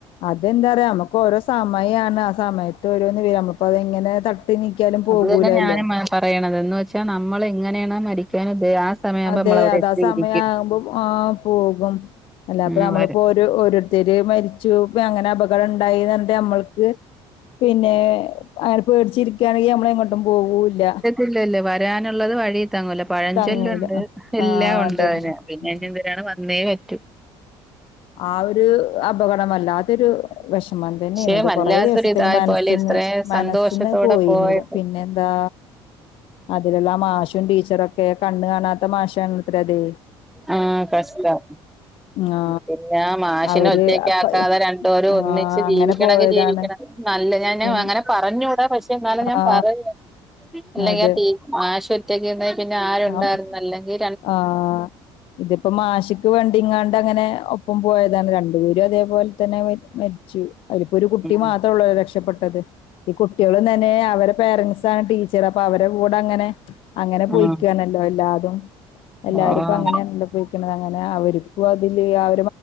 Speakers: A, on the left (about 60°); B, in the centre.
A: അതെന്താപറയാ നമുക്കോരോ സമയാണ് ആ സയത്ത് ഓരോന്ന് വര നമ്മക്ക് അപ്പതെങ്ങനെ തട്ടി നീക്കിയാലും പോകൂലല്ലോ
B: അത് തന്നെ ഞാനും പറയണത് എന്ന് വച്ചാ നമ്മളെങ്ങനെയാണൊ മരിക്കാനുദ്ദേ ആ സമയമാകുമ്പോ
A: അതെ
B: നമ്മളവിടെ
A: അതാ
B: എത്തിയിരിക്കും
A: സമയാകുമ്പൊ ആ പോകും അല്ലാ ഇപ്പൊ
B: ഉം
A: നമ്മളിപ്പൊ
B: വര
A: ഓരോ ഓരോരുത്തര് മരിച്ചു ഇപ്പങ്ങനെ അപകട്ണ്ടായിന്നറഞ്ഞിട്ട് നമ്മൾ ക്ക്‌ പിന്നെ അങ്ങനെ പേടിച്ചിരിക്കാണെങ്കി നമ്മളെങ്ങോട്ടും പോവൂല്ല
B: ഇല്ലില്ല വരാനുള്ളത് വഴി തങ്ങൂല പഴഞ്ചൊല്ലുണ്ട്
A: തങ്ങൂല
B: എല്ലാം
A: ആ
B: ഉണ്ടതിന്
A: അതന്നെ
B: പിന്നെ
A: ആ
B: എന്തേം വര്ണെ വന്നേ പറ്റു
A: ആ ഒരു അപകടം വല്ലാത്തൊരു വെഷമം തന്നെയ്നത്
B: പക്ഷെ വല്ലാത്തൊരു
A: കൊറേ ദിവസത്തിന്
B: ഇതായ
A: മനസ്സിന്ന്
B: പോലെ ഇത്രയും
A: മനസ്സിന്നത്
B: സന്തോഷത്തോടെ
A: പോയീന്നില്ല
B: പോയത്
A: പിന്നെന്താ അതിലുള്ള ആ മാഷും ടീച്ചറൊക്കെ കണ്ണ് കാണാത്ത മാഷാണത്രേ അത്
B: ആഹ് കഷ്ടം
A: ആ
B: പിന്നാ മാഷിനൊറ്റക്കാക്കാതെ
A: അവര് അപ്പ
B: രണ്ടോരും
A: ആ
B: ഒന്നിച്ച്
A: അങ്ങനെ
B: ജീവിക്കണെങ്കി
A: പോയതാണ്
B: ജീവിക്കണം നല്ല ഞാന
A: പിൻ
B: അങ്ങനെ പറഞ്ഞൂടാ പക്ഷേ എന്നാലും ഞാൻ
A: ആ
B: പറയാ അല്ലെങ്കി
A: അതെ
B: ആ ടീ മാഷൊറ്റക്കരുന്നെ പിന്നെ ആരുണ്ടായിരുന്നല്ലെങ്കി
A: ആ ആഹ് ഇതിപ്പൊ മാഷ്ക്ക് വേണ്ടിങ്ങാണ്ടങ്ങനെ ഒപ് പ്പം പോയതാണ് രണ്ടുപേരും അതേപോൽതന്നെ മരിച്ചു അയിലിപ്പൊരു കുട്ടി
B: ഉം
A: മാത്രേ ഉള്ളൂ രക്ഷപ്പെട്ടത് ഈ കുട്ട്യോളും തന്നെ അവരെ പേരൻസാണ് ടീ ച്ചറപ്പവരെടെ കൂടങ്ങനെ അങ്ങനെ പോയിക്കാന്നല്ലോ
B: ആഹ്
A: എല്ലാതും എല്ലാരും
B: ആഹ്
A: ഇപ്പങ്ങനെയാണല്ലോ പോയിക്കണത് അങ്ങനെ അവര്ക്കും അതില് ആ ഒര്